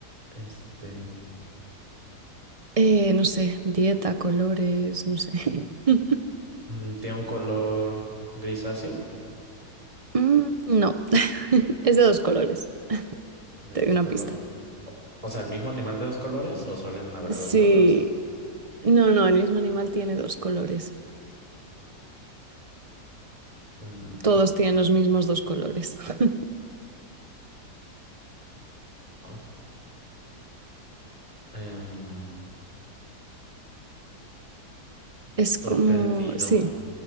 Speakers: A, on the right; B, on the right.
A: Este,
B: Eh, no sé, dieta, colores, no sé. <laughs>
A: mm, tiene un color grisáceo
B: Mm, no, <laughs> es de dos colores.
A: de
B: Te
A: dos
B: doy una
A: colores.
B: pista.
A: O o sea, el mismo animal de dos colores o suelen haber
B: Sí,
A: de dos colores.
B: no, no, el mismo animal tiene dos colores.
A: Mm,
B: Todos
A: no.
B: tienen los mismos dos colores. <laughs>
A: Ok, em,
B: Es
A: estoy
B: como,
A: perdido.
B: sí,